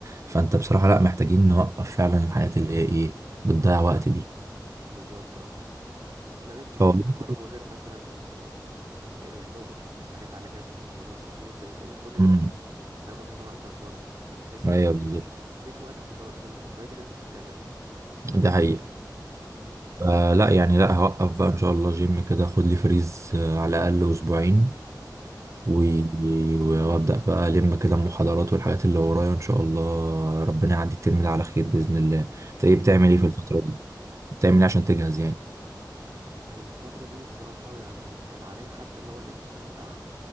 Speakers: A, on the right; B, on the right.
A: فانت بصراحه لا محتاجين نوقف فعلا الحاجات اللي هي ايه بتضيع وقت دي
B: بالظبط اه ده غير مشروع
A: فوالله
B: التخرج وغير مثلا آه، آه، شغل حاجات على جنب بتخلصها حاجات زي كده كل
A: امم
B: ده هياخد من وقتك برضه تحس
A: ايوه
B: ان مفيش
A: بالظبط
B: مفيش وقت للر- للرفاهيات اللي انت كنت بتعملها
A: ده حقيقه
B: مم.
A: فلا يعني لا هوقف بقى ان شاء الله جيم كده خد لي فريز آه، على الاقل اسبوعين
B: اه
A: و- وابدا بقى الم كده المحاضرات والحاجات اللي ورايا ان شاء الله ربنا يعدي الترم ده على خير باذن الله انت ايه بتعمل
B: يعني ان شاء
A: ايه في
B: الله
A: الفتره دي بتعمل ايه عشان تجهز يعني
B: الفترة دي الصراحة يعني كان عليا حتى اللي هو الامتحان بتاع